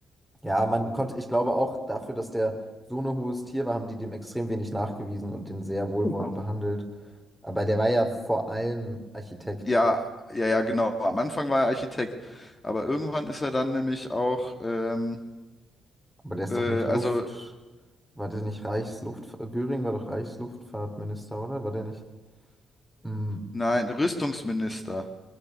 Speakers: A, in the centre; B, on the left.
A: ja, man konnte, ich glaube auch dafür, dass der so ein hohes Tier war, haben die dem extrem wenig nachgewiesen und den sehr wohlwollend
B: Ja.
A: behandelt. Aber der war ja vor allem Architekt.
B: Ja, ja, ja, genau. Am Anfang war er Architekt, aber irgendwann ist er dann nämlich auch, ähm,
A: Aber der ist
B: äh,
A: doch nicht
B: also
A: Luft. War der nicht Reichsluft... Göring war doch Reichsluftfahrtminister, oder? War der nicht mm,
B: nein, Rüstungsminister.